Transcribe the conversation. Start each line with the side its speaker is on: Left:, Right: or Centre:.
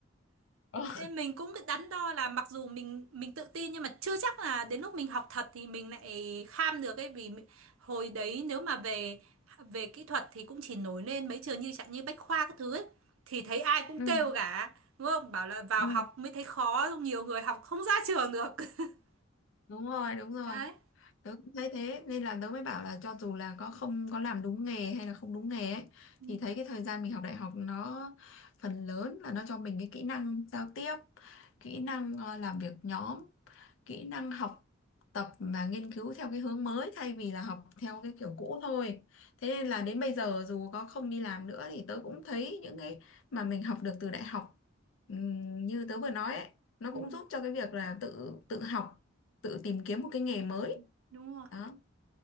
Left: ờ,
Right: nên mình cũng cái đắn đo là mặc dù mình mình tự tin nhưng mà chưa chắc là đến lúc mình học thật thì mình lại kham được ấy vì mình- hồi đấy nếu mà về về kỹ thuật thì cũng chỉ nổi lên mấy trường như chẳng như Bách Khoa các thứ ấy thì thấy ai cũng
Left: ừ
Right: kêu cả đúng không bảo là vào
Left: ừ
Right: học mới thấy khó xong nhiều người học không ra trường được <laughs>
Left: đúng rồi đúng rồi
Right: đấy
Left: tớ cũng thấy thế nên là tớ mới bảo là cho dù là có không có làm đúng nghề hay là không đúng nghề ấy
Right: Ừ.
Left: thì thấy cái thời gian mình học đại học nó phần lớn là nó cho mình cái kỹ năng giao tiếp kỹ năng ờ, làm việc nhóm kỹ năng học tập mà nghiên cứu theo cái hướng mới thay vì là học theo cái kiểu cũ thôi thế nên là đến bây giờ dù có không đi làm nữa thì tớ cũng thấy những cái mà mình học được từ đại học ừm, như tớ vừa nói ấy nó
Right: Ừ.
Left: cũng giúp cho cái việc là tự tự học tự tìm kiếm một cái nghề mới
Right: Ừ. Đúng rồi.
Left: đó